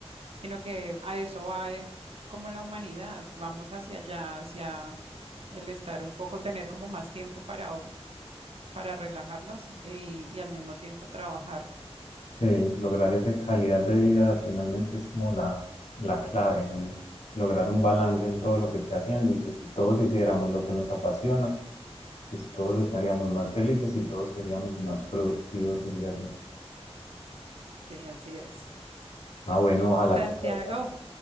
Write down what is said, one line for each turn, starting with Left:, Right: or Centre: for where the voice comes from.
Right: sino que a eso va eh, como la humanidad, vamos hacia allá, hacia el estar un poco, tener como más tiempo para, para relajarnos y, y al mismo tiempo trabajar.
Left: Sí, lograr esa calidad de vida finalmente es como la, la clave y lograr un balance en todo lo que esté haciendo y que si todos hiciéramos lo que nos apasiona, pues todos estaríamos más felices
Right: Mm,
Left: y todos seríamos más productivos, diría yo.
Right: Sí, así es.
Left: Ah, bueno, ojalá
Right: Santiago.
Left: que... salga.